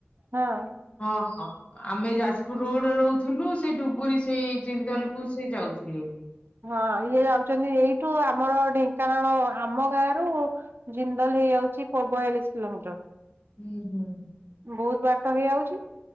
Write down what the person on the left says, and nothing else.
ହଁ ହଁ। ଆମେ ଯାଜପୁର ରୋଡରେ ରହୁଥିଲୁ, ସେ ଡୁବୁରୀ ସେଇ ଜିନ୍ଦଲକୁ ସେ ଯାଉଥିଲେ।
ଉ ହୁଁ।